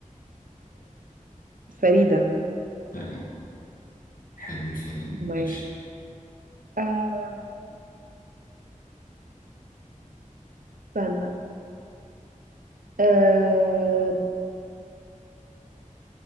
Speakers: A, on the right; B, on the left.
A: فريدة
B: فريد حلو الفريد
A: ماشي
B: ماشي
A: أم، استنى أم،